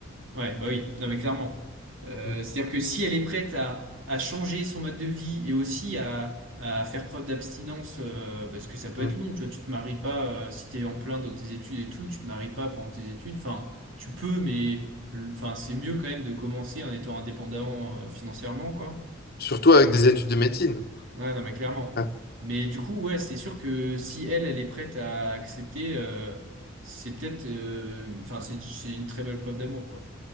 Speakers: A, on the right; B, on the left.
A: Ouais, bah oui, non mais clairement. Euh,
B: Mm,
A: c'est-à-dire que si elle est prête à, à changer son mode de vie et aussi à, à faire preuve d'abstinence, euh, bah, parce que ça peut
B: mm.
A: être long, tu vois, tu te maries pas euh, si t'es en plein dans tes études et tout, tu te maries pas pendant tes études, enfin, tu peux, mais le- enfin, c'est mieux quand même de commencer en étant indépendant euh, financièrement, quoi.
B: Surtout avec des études de médecine.
A: Ouais, non mais clairement.
B: Ouais.
A: Mais du coup, ouais, c'est sûr que si elle, elle est prête à accepter, euh, c'est peut-être, euh, enfin, c'est c'est une très belle preuve d'amour, quoi.